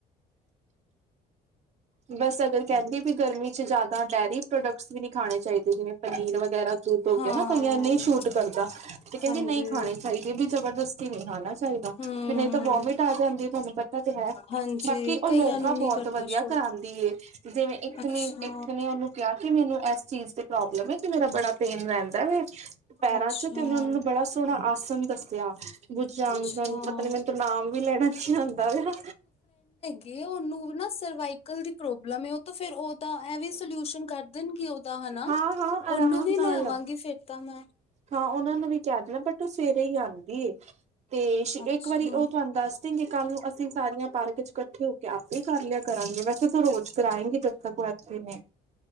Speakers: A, on the right; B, on the left.
A: ਬਸ ਅਗਰ ਕਹਿੰਦੀ ਵੀ ਗਰਮੀ ਚ ਜ਼ਿਆਦਾ ਡੇਅਰੀ ਪ੍ਰੋਡਕਟ ਵੀ ਨੀ ਖਾਣੇ ਚਾਹੀਦੇ ਜਿਵੇਂ ਪਨੀਰ ਵਗੈਰਾ ਦੁਧ ਹੋ
B: ਹਾਂ,
A: ਕੇ ਨਾ ਕਈਆਂ ਨਹੀਂ ਸ਼ੂਟ ਕਰਦਾ, ਤੇ ਕਹਿੰਦੇ
B: ਹਾਂਜੀ।
A: ਨਹੀਂ ਖਾਣੇ ਚਾਹੀਦੇ ਵੀ ਜਬਰਦਸਤੀ ਨਹੀਂ ਹਨਾ ਚਾਹੀਦਾ
B: ਹੂੰ,
A: ਵੀ ਨਹੀਂ ਤਾਂ ਵੋਮਿਟ ਆ ਜਾਂਦੀ ਤੁਹਾਨੂੰ ਪਤਾ ਤੇ ਹੈ,
B: ਹਾਂਜੀ
A: ਬਾਕੀ ਉਹ
B: ਕਈਆਂ
A: ਯੋਗਾ
B: ਨੂੰ ਨੀ
A: ਬਹੁਤ
B: ਕਰਦਾ
A: ਵਧੀਆ
B: ਸੂਟ
A: ਆਉਂਦੀ ਏ, ਜਿਵੇਂ ਇੱਕ
B: ਅੱਛਾ।
A: ਨੇ ਇੱਕ ਨੇ ਉਹਨੂੰ ਕਿਹਾ ਕਿ ਮੈਨੂੰ ਇਸ ਚੀਜ਼ ਤੇ ਪ੍ਰੋਬਲਮ ਹੈ ਕਿ ਮੇਰਾ ਬੜਾ ਪੇਨ ਰਹਿੰਦਾ ਹੈ ਪੈਰਾਂ
B: ਅੱਛਾ,
A: 'ਚੋਂ ਤੇ ਉਹਨਾਂ ਨੂੰ ਬੜਾ ਸੋਹਣਾ ਆਸਣ ਦੱਸਿਆ ਬੁੱਝਾਗ,
B: ਅੱਛਾ
A: ਪਤਾ ਨੀ ਮੈਨੂੰ ਤ ਨਾਮ ਵੀ ਲੈਣਾ ਨੀ ਆਉਂਦਾ ਵਾ
B: ਬੀ ਉਹਨੂੰ ਨਾ ਸਰਵਾਈਕਲ ਦੀ ਪ੍ਰੋਬਲਮ ਉਹ ਤਾਂ ਫੇਿਰ ਉਹ ਤਾਂ ਇਹ ਵੀ ਸਲਿਊਸ਼ਨ ਕਰ ਦੇਣਗੇ ਉਹਦਾ ਹਨਾ,
A: ਹਾਂ ਹਾਂ
B: ਉਹਨੂੰ
A: ਆਰਾਮ
B: ਵੀ
A: ਨਾਲ
B: ਲੈਵਾਂਗੀ ਫੇਿਰ ਤਾਂ ਮੈਂ
A: ਹਾਂ, ਉਹਨਾਂ ਨੂੰ ਵੀ ਕਹਿ ਦੇਣਾ ਬਟ ਉਹ ਸਵੇਰੇ ਹੀ ਆਉਂਦੀ ਏ ਤੇ
B: ਅੱਛਾ
A: ਇੱਕ ਵਾਰੀ ਉਹ ਤੁਹਾਨੂੰ ਦੱਸ ਸਿੰਘ ਕੱਲ ਨੂੰ ਅਸੀਂ ਸਾਰੀਆਂ ਪਾਰਕ ਚ ਇਕੱਠੇ ਹੋ ਕੇ ਆਪੇ ਕਰ ਲਿਆ ਕਰਾਂਗੇ, ਵੈਸੇ ਤਾਂ ਰੋਜ਼ ਕਰਾਏਂਗੇ ਜਦ ਤੱਕ ਇੱਥੇ ਨੇ।